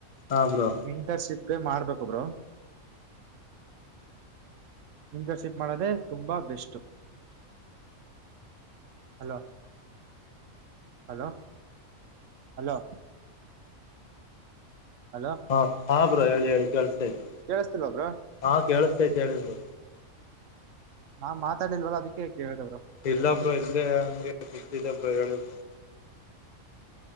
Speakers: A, on the left (about 40°); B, on the right (about 70°).
A: ಹಾ ಬ್ರೋ
B: ಇಂಟರ್ನ್ಶಿಪ್ ಮಾಡ್ಬೇಕೊಬ್ರು ಇಂಟರ್ಶಿಪ್ ಮಾಡೋದೆ ತುಂಬಾ best hello hello hello hello
A: ಹಾ ಹಾ ಬ್ರೋ ಹೇಳಿ ಹೇಳಿ ಕೇಳಸ್ತು
B: ಕೇಳಿಸ್ತಿಲ್ ಒಬ್ಬರು
A: ಹಾ ಕೇಳಿಸ್ತೈತ್ ಹೇಳಿ ಬ್ರೋ
B: ನಾನ್ ಮಾತಾಡಿಲ್ವಲ್ಲ ಅದಿಕ್ಕೆ ಕೇಳ್ದೆ ಬ್ರೋ
A: ಇಲ್ಲ ಬ್ರೋ ಇಲ್ಲೇ ಹಂಗೆ ಕುತ್ತಿದೆ ಬ್ರೋ ಹೇಳು ಬ್ರೋ.